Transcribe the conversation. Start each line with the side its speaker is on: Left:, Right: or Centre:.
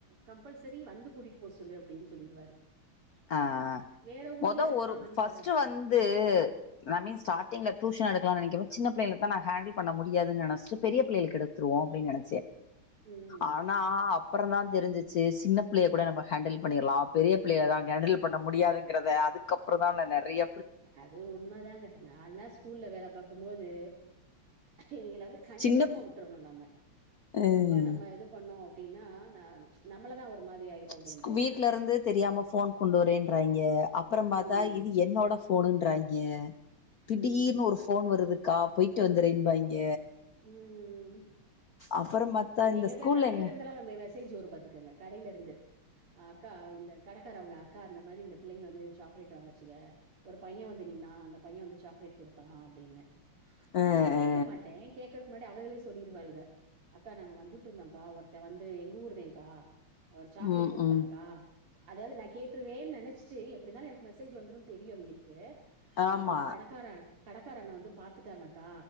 Right: கம்பல்சரி வந்து கூட்டிட்டு போ சொல்லு அப்டின்னு சொல்லிருவாரு
Left: ஆ
Right: வேற ஊர்ல
Left: மொத
Right: இருந்தெல்லா
Left: ஒரு
Right: வந்து
Left: ஃபஸ்ட் வந்து ந
Right: ம்
Left: மீ ஸ்டார்ட் ட்ங்ல ட்யூஷன் எடுலாம்னு நனைக்கமோ சின்ன பிள்ளங்கள தா நா ஹேண்டல் பண்ண முடியாதுன்னு நினச்சுட் பெரியபிள்ளைளுக்கு எடுத்துருவோ அப்டினு நெனச்சு ச்சே
Right: ம்
Left: ஆனா அப்புற தா தெரிஞ்சிச்சு சின்ன பிள்ளைய கூட நம்ம ஹேண்டில் பண்ணிடலா பெரிய பிள்ளய தான்ங் ஹேண்டில் பண்ண முடியாதுங்கறத அதுக்கப்புரோ தா நா நறைய
Right: அதுவு உண்ம தாங்க நா தா ஸ்கூல்ல வேல பாக்கும்போது இவிங்கிள வந்து கண்டுக்காம
Left: சின்ன
Right: விட்டுறணு நம்ம ரொம்ப
Left: ம்
Right: நம்ம எது பண்ணோ அப்டின்னா ந நம்மளதா ஒரு மாரி ஆயிரு அப்டின்ட்டு
Left: ஸ்கூ வீட்ல இருந்து தெரியாம ஃபோன் கொண்டு வரேன்றாங்கே அப்புறோ பாத்தா
Right: ம்
Left: இது என்னோட ஃபோனுன்றாயங்க திடீர்னு
Right: ம்
Left: ஒரு ஃபோன் வருதுக்கா போயிட்டு வந்துறேன்பாய்ங்க
Right: ம்
Left: அப்புறம் பாத்தா இந்த
Right: எங்களுக்குலா
Left: ஸ்கூல்ல
Right: கடைல
Left: எங்க
Right: இருந்தனால இந்த மெசேஜ் ஒரு பாத்துக்கங்க கடையில இருந்து அக்கா இந்த கடக்காரவங்க அக்கா அந்த மாரி இந்த பிள்ளைங்க வந்து சாக்லேட் வாங்கச்சுங்க ஒரு பையன் வந்து நீனா அந்த பையன் வந்து சாக்லேட் கொடுத்தா அப்படின்னு ஆனா
Left: அ
Right: நா கேக்க
Left: அ
Right: மாட்டே கேக்குறக்கு முன்னாடி அவளுகளே சொல்லிருவாள்க அக்கா நாங்க வந்துட்டு இருந்தோங்கா ஒருத்த வந்து எங்க ஊருதேங்க்கா ஒரு சாக்லேட்
Left: ம்
Right: கொடுத்தான்கா
Left: ம்
Right: அதாவது நா கேட்டுருவேன்னு நனைச்சிட்டு எப்படினா எனக்கு மெசேஜ் வந்துரும்னு தெரியு அவிகளுக்கு அ
Left: ஆமா
Right: அந்த கடக்கார கடக்கார அண்ணா வந்து பாத்துட்டாங்கக்கா